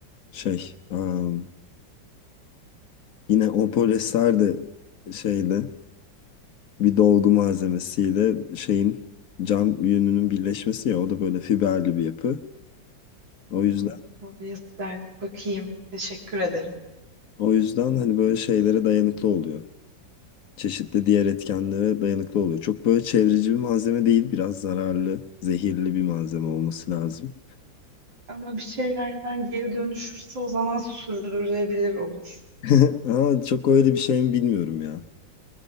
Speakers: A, on the left; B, on the right.
A: Şey am, yine o polyester de şeyle bir dolgu malzemesiyle şeyin cam yününün birleşmesi ya o da böyle fiberli bir yapı. O yüzden
B: Hmm, polyester bakayım. Teşekkür ederim.
A: O yüzden hani böyle şeylere dayanıklı oluyor. Çeşitli diğer etkenlere dayanıklı oluyor. Çok böyle çevreci bir malzeme değil. Biraz zararlı, zehirli bir malzeme olması lazım.
B: Ama bir şeylerden geri dönüşürse o zaman sürdürülebilir olur.
A: <laughs> Aa, çok öyle bir şey mi bilmiyorum ya.